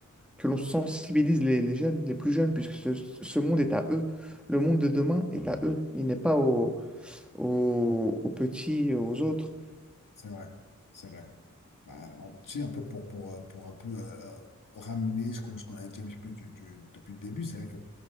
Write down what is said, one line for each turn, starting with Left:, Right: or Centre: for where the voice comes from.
Centre: que l'on sensibilise les, les jeunes, les plus jeunes, puisque ce, ce monde est à eux. Le monde de demain est à eux. Il n'est pas aux, aux, aux petits, aux autres.
Left: C'est vrai, c'est vrai. Bah, en- tu sais, un peu pour, pour, euh, pour un peu euh, euh, ramener ce qu'on ce qu'on a dit un petit peu du- du- depuis le début, c'est vrai